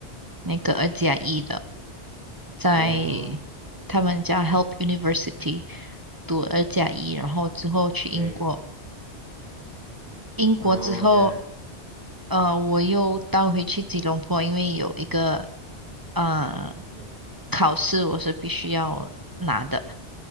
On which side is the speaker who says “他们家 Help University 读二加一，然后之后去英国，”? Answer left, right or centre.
Right